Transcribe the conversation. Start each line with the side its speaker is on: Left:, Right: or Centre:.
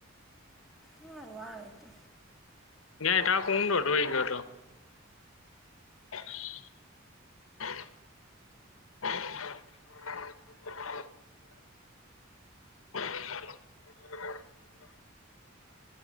Centre: હારુ આવે તો.
Left: ને ટાંકો ઊંડો ઢોય ગયો હતો. <inaudible> <inaudible>